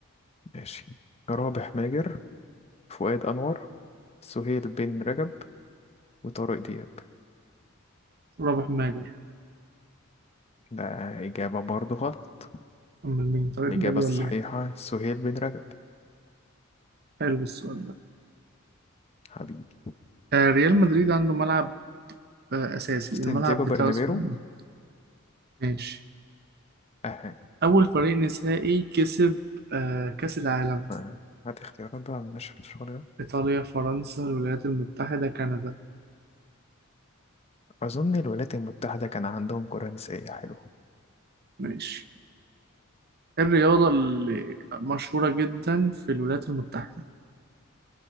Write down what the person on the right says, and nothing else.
رابح ماجد
أمال مين طارق
دياب ولا
إيه؟
حلو السؤال ده
آه ريال مدريد عنده ملعب آه أساسي الملعب
بتاعه
اسمه إيه؟ ماشي
أول فريق نسائي كسب آه كأس العالم
إيطاليا فرنسا الولايات المتحدة كندا
ماشي إيه الرياضة اللي مشهورة جدا في الولايات المتحدة